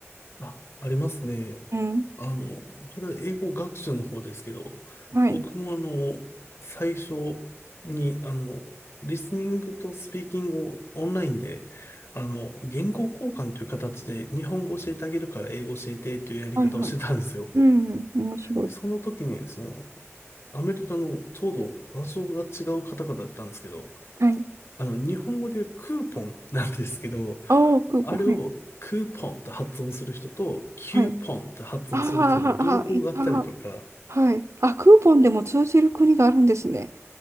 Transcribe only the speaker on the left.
あ、ありますね。
あの、これは英語学習の方ですけど、
僕もあの、最初に、あの、リスニングとスピーキングをオンラインで、あの、言語交換という形で日本語教えてあげるから英語教えてというやり方をしてたんですよ。
で、その時に、その、アメリカのちょうど場所が違う方々だったんですけど、
あの、日本語でクーポンなんですけど、
あれをクーポンって発音する人と、
キューポンって発音する人の両方があったりとか、